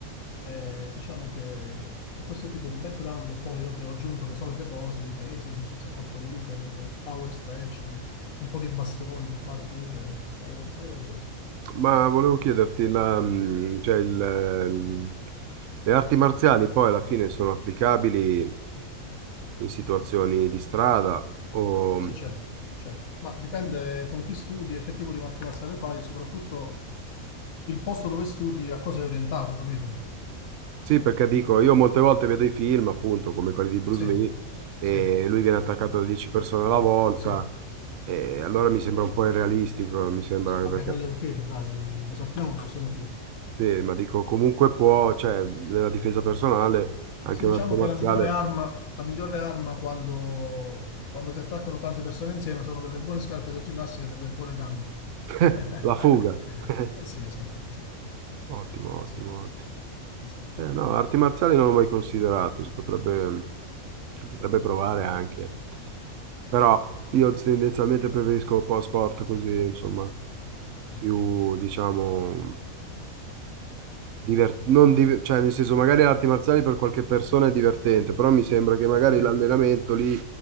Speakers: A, on the left; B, on the right.
A: Eh, diciamo che ho questo tipo di background e poi vabbè, ho aggiunto le solite cose, i pesi, esercizi a corpo libero, power stretching, un po' di bastone, so fare pure, so fare, so fare varie cose.
B: Ma volevo chiederti, la, mh, cioè il, eh, il- le arti marziali poi alla fine sono applicabili in situazioni di strada o,
A: Sì,
B: mm,
A: certo, certo. Ma dipende con chi studi e che tipo di arti marziale fai e soprattutto il posto dove studi a cosa è orientato, capito?
B: Sì, perché dico, io molte volte vedo i film, appunto, come quelli di Bruce
A: Sì,
B: Lee, e
A: sì,
B: lui viene attaccato da 10 persone alla volta,
A: sì.
B: e allora mi sembra un po' irrealistico, mi sembra
A: Vabbè,
B: perché,
A: quello è un film, dai, lo sappiamo che sono film.
B: sì, ma dico, comunque può, cioè, nella difesa personale, anche
A: Sì, diciamo
B: un'arte marziale,
A: che la migliore arma, la migliore arma quando, quando ti attaccano tante persone insieme sono delle buone scarpe da ginnastica e delle buone gambe.
B: <laughs>
A: <laughs>
B: la fuga. <laughs>
A: Eh Sì, esatto, esatto,
B: Ottimo, ottimo,
A: esatto,
B: ottimo.
A: esatto.
B: Eh, no, arti marziali non l'ho mai considerato, si potrebbe, si potrebbe provare anche, però io tendenzialmente preferisco un po' sport così, insomma.
A: Sì,
B: più, diciamo, diver- non div- cioè nel senso magari le arti marziali per qualche persona è divertente, però mi sembra che magari
A: sì.
B: l'allenamento lì